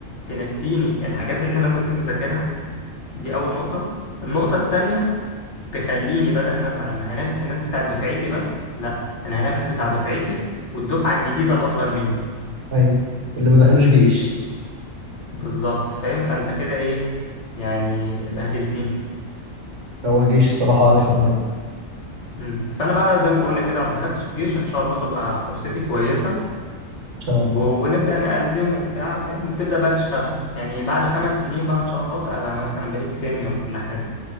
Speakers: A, on the left; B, on the right.
A: تنسيني الحاجات اللي انا كنت مذاكرها دي اول نقطه النقطه التانية تخليني بدل مثلا ما هنافس الناس بتاع دفعتي بس لا انا هنافس بتاع دفعتي والدفعه الجديده الاصغر مني
B: ايوه اللي ما دخلوش جيش
A: بالظبط فاهم فانت كده ايه يعني بهدلتني
B: هو الجيش الصراحه رخم قوي ان
A: مم. فانا بقى زي ما بقول لك كده لما دخلتش الجيش ان شاء الله تبقى فرصتي كويسه
B: شاء الله
A: و- ونبدأ نقدم وبتاع فاهم وتبدأ بقى تشتغل يعني بعد خمس سنين بقى إن شاء الله بقى, بقى مثلا بقيت سينيور ولا حاجة